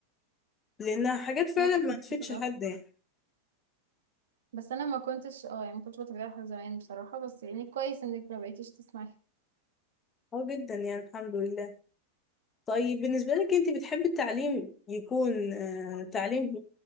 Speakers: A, on the left; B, on the right.
A: لانها حاجات فعلا
B: انا كمان
A: ما تفيدش
B: بصراحة
A: حد يعني
B: بس انا ما كنتش اه يعني ما كنتش بتابعها زمان بصراحة بس يعني كويس انك ما بقيتيش تسمعي
A: اه جدا يعني الحمد لله طيب بالنسبة لك انت بتحبي التعليم يكون آه تعليم